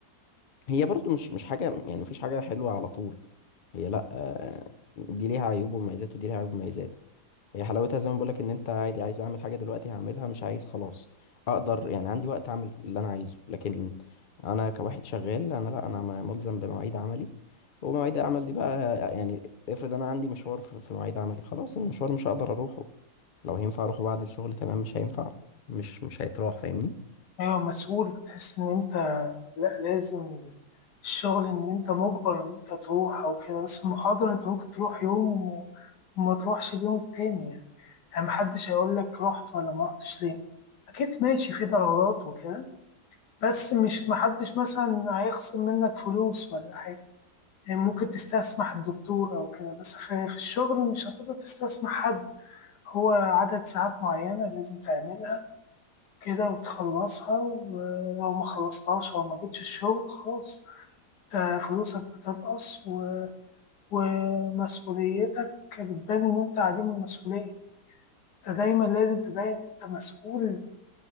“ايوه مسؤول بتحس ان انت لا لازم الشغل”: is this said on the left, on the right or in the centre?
Left